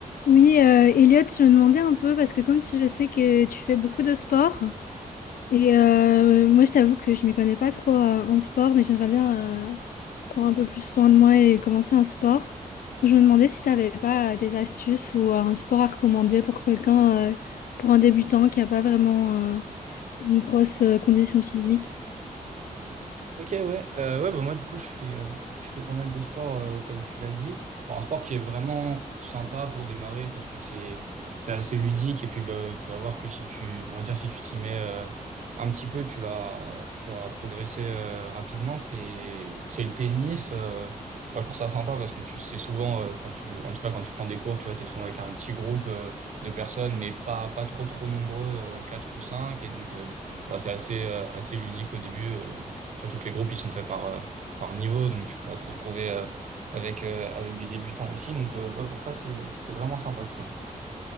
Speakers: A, on the left (about 85°); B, on the right (about 55°).
A: Oui, euh, Elliot, je me demandais un peu, parce que comme tu, je sais que tu fais beaucoup de sport, et euh, moi je t'avoue que je m'y connais pas trop euh, en sport, mais j'aimerais bien euh, prendre un peu plus soin de moi et commencer un sport. Donc je me demandais si tu n'avais pas euh, des astuces ou euh, un sport à recommander pour quelqu'un, euh, pour un débutant qui n'a pas vraiment euh, une grosse euh, condition physique.
B: Ok, ouais. Euh, ouais, bah moi, du coup, je fais, euh, je fais pas mal de sport, euh, comme tu l'as dit. Alors, un sport qui est vraiment sympa pour démarrer parce que c'est, c'est assez ludique. Et puis, bah, tu vas voir que si tu, on va dire, si tu t'y mets, euh, un petit peu, tu vas, tu vas progresser, euh, rapidement. C'est, c'est le tennis. Euh, ouais, je trouve ça sympa parce que tu, c'est souvent, euh, quand tu, en tout cas, quand tu prends des cours, tu vois, t'es souvent avec un petit groupe, euh, de personnes, mais pas, pas trop, trop nombreux, euh, quatre ou cinq. Et donc, euh, ouais, c'est assez, euh, assez ludique au début. euh, Surtout que les groupes, ils sont faits par, euh, par niveau, donc tu pourras te retrouver euh, avec, euh, avec des débutants aussi. Donc, euh, ouais, pour ça, c'est, c'est vraiment sympa, je trouve.